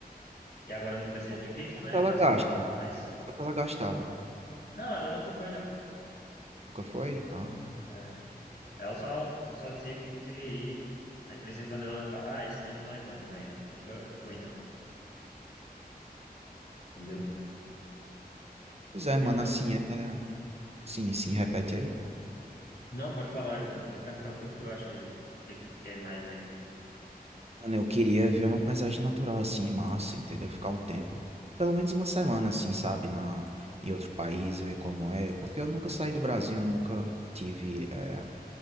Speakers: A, on the left; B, on the right.
A: E agora não precisa
B: Quanto
A: de visto,
B: quanto
A: né? É
B: ela
A: mais
B: gasta?
A: fácil, tudo mais.
B: Quanto ela gastava?
A: Não, ela nunca foi, não.
B: Nunca foi? Ah,
A: É, ela só, só dizia que queria ir. Aí de vez em quando ela fala, ah, esse ano nós vamos, mas nunca foi, não. Entendeu? O
B: pois é, mano,
A: que que tu...
B: assim, é sim, sim, repete aí.
A: Não, pode falar, eu ia perguntar o que que tu acha aí. O que que tu quer mais aí?
B: Mano, eu queria ver uma paisagem natural assim, massa, entendeu? Ficar um tempo, pelo menos uma semana assim, sabe, na em outro país, ver como é, porque eu nunca saí do Brasil, nunca tive eh,